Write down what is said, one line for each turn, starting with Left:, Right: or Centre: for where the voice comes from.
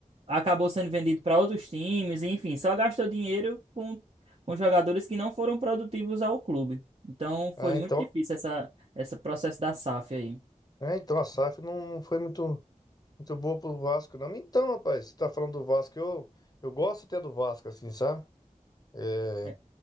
Right: acabou sendo vendido para outros times, enfim, só gastou dinheiro com, com jogadores que não foram produtivos ao clube. Então foi
Left: Ah,
Right: muito
Left: então,
Right: difícil essa, esse processo da SAF aí.
Left: é, então a SAF não, não foi muito, muito boa pro Vasco, não. Então, rapaz, você tá falando do Vasco, eu, eu gosto até do Vasco, assim, sabe? É,
Right: É,